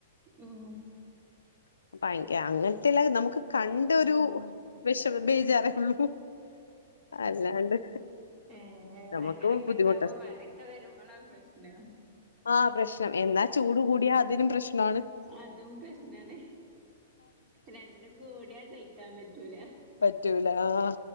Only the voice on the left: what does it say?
അപ്പ ഭയങ്ക അങ്ങനത്തെല്ല നമുക്ക് കണ്ടൊരു
വിഷമ ബേജാറേ ഉള്ളൂ അല്ലാണ്ട്
നമുക്ക്
ബുദ്ധിമുട്ടാ
ആഹ പ്രശ്നം എന്നാ ചൂട് കൂടിയാ അതിനും പ്രശ്നമാണ്
പറ്റൂല ആഹ്